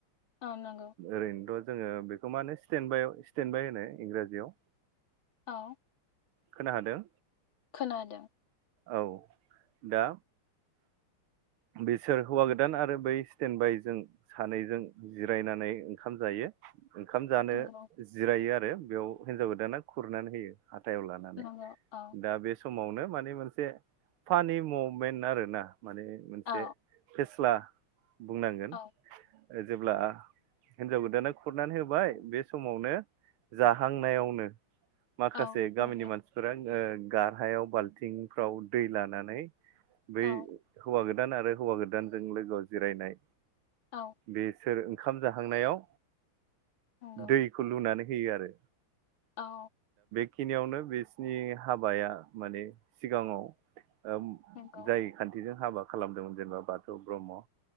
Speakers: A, on the left; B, on the right.
A: औ नंगौ
B: ओरैनोथ' जोङो बेखौ माने स्टेन बाइ स्टेन बाइ होनो इंराजियाव
A: औ
B: खोना दोंना
A: खोनादों
B: औ दा बिसोर हौवा गोदान आरो बै स्टेन बाय जों सानैजों जिरायनानै ओंखाम जायो ओंखाम जानो
A: नंगौ
B: जिरायो आरो आरो बेयाव हिनजाव गोदाना खुरनानै होयो हाथायाव लानानै
A: नंगौ औ
B: दा बे समावनो माने मोनसे फानि मुमेन्ट आरो ना माने <unintelligible>
A: औ
B: फ्ला <unintelligible> बुंनांगोन
A: औ
B: जेब्ला आ हिन्जाव गोदाना खुरनानै होबाय बे समावनो जाहांनायावनो माखासे
A: औ
B: गामिनि
A: नंगौ
B: मानसिफोरा गारहायाव बाल्थिंफ्राव दै लानानै बै
A: औ
B: हौवागोद गोदान आरो हौवा गोदानजों लोगोआव जिरायनाय।
A: औ
B: बेस सोर ओंखाम जाहांनायाव
A: नंगौ
B: दैखौ लुनानै हैयो आरो।
A: औ।
B: खिनियावनो बिसिनि हाबाया माने सिगाङाव ओ
A: नंगौ
B: जाय खान्थिजों हाबा खालामदोंमोन जेनोबा बाथौ ब्रह्म